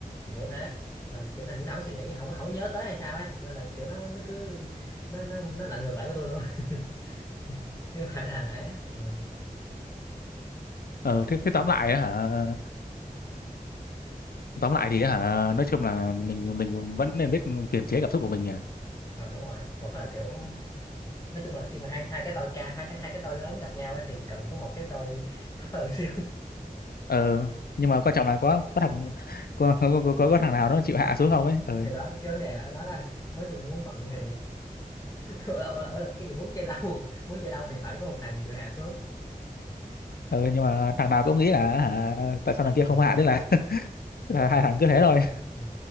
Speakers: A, on the left; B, on the left.
A: thì kiểu thế mình kiểu là như nó không có suy nghĩ không có không có nhớ tới hay sao ấy nên là kiểu nó nó cứ nó nó nó lạnh ngược lại với tôi luôn <laughs> chứ không phải là ấy á. ừ.
B: ờ thế, thế
A: kiểu,
B: tóm lại á hả tóm lại thì á hả nói chung là mình mình vẫn nên biết kiềm chế cảm xúc của mình nhỉ
A: ờ, đúng rồi hoặc là kiểu nói chung là khi mà hai hai cái tôi ca hai cái hai cái tôi lớn gặp nhau ấy, thì cần có một cái tôi thấp hơn <laughs> xíu
B: ờ nhưng mà quan trọng là có có thằng có có, có, có thằng nào nó chịu hạ xuống không ấy ờ
A: thì đó cái vấn đề là ở đó là mới chung muốn bận thì uh, <laughs> lỗi lỗi lỗi là <laughs> cái gì muốn chơi lâu muốn chơi lâu thì phải có một thằng chịu hạ xuống
B: ờ nhưng mà thằng nào cũng nghĩ là hả tại sao thằng kia không
A: ừ,
B: hạ đấy là,
A: đúng
B: là
A: rồi
B: hai thằng cứ thế thôi
A: ừ.